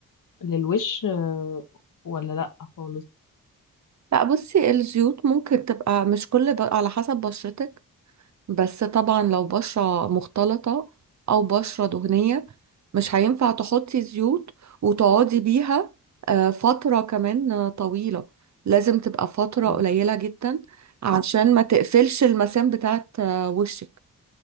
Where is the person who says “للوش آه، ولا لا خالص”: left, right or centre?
Left